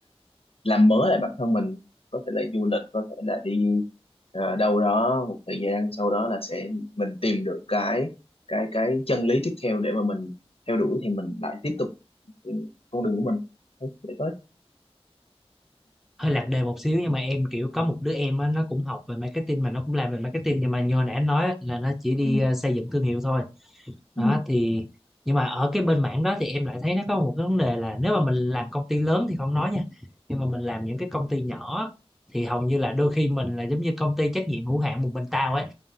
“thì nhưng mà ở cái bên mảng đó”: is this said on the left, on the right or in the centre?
Centre